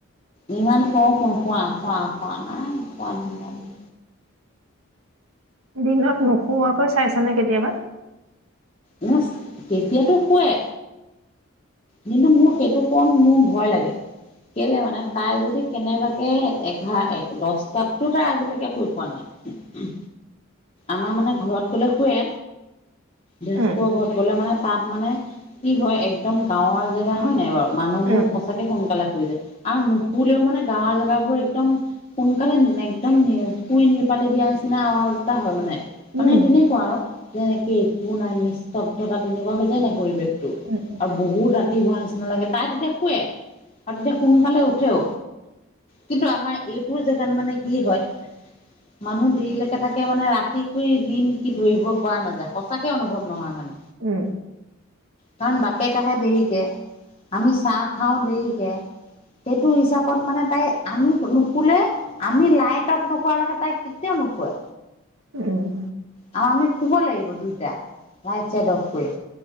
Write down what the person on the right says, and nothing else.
দিনত নোহোৱাকৈ চাইছ নে কেতিয়াবা?
উম,
উম,
উম,
উম,
উম।
উম,